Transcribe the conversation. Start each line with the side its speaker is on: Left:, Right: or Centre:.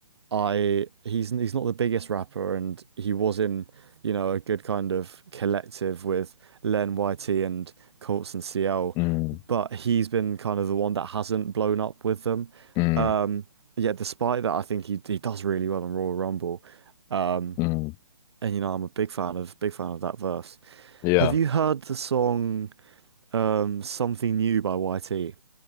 Right: I he's he's not the biggest rapper, and he was in you know a good kind of collective with Len YT and Colts and CL,
Left: mm,
Right: but he's been kind of the one that hasn't blown up with them.
Left: mm,
Right: Um, yeah, despite that, I think he he does really well on Royal Rumble. Um,
Left: mm.
Right: and you know I'm a big fan of big fan of that verse.
Left: Yeah.
Right: Have you heard the song um, Something New by YT?